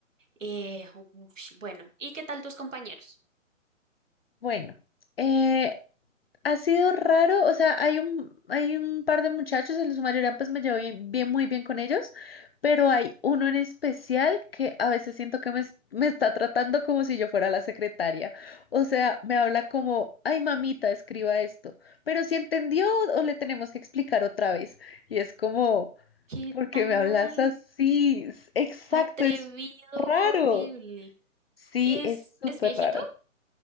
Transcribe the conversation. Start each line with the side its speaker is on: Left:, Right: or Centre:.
Right: Eh, ush, bueno, ¿y qué tal tus compañeros?
Left: Bueno, eh, Ha sido raro, o sea, hay un, hay un par de muchachos, en su mayoría pues me llevo bien, bien, muy bien con ellos, pero hay uno en especial que a veces siento que me, es- me está tratando como si yo fuera la secretaria. O sea, me habla como, ay mamita, escriba esto, pero si entendió o le tenemos que explicar otra vez. Y es como,
Right: ¿Qué
Left: ¿por qué
Right: tal?
Left: me hablas así? Es- Exacto,
Right: Atrevido,
Left: es raro.
Right: horrible.
Left: Sí,
Right: ¿Es,
Left: es súper
Right: es viejito?
Left: raro.